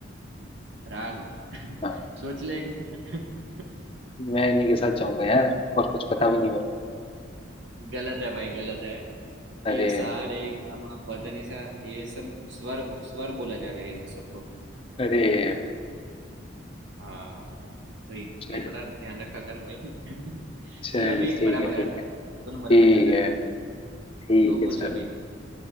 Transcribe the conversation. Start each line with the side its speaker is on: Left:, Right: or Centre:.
Right: राग <laughs>
Left: हाँ
Right: सोच ले एक बार <laughs>
Left: मैं इन्हीं के साथ जाऊंगा यार और कुछ पता भी नहीं मेरे को
Right: गलत है भाई गलत है
Left: अरे
Right: ये सारे
Left: वाह
Right: गामा पदनिसा ये सब स्वर स्वर बोला जाता है इन सबको
Left: अरे वाह
Right: हाँ तो ये
Left: चल
Right: थोड़ा ध्यान रखा कर भाई <laughs>
Left: चल
Right: चल अभी
Left: ठीक
Right: बराबर
Left: है ठीक
Right: है हाँ?
Left: है
Right: दोनों बराबर
Left: ठीक
Right: चल रहे
Left: है
Right: हैं
Left: ठीक
Right: तू
Left: है
Right: पूछ
Left: चल
Right: अभी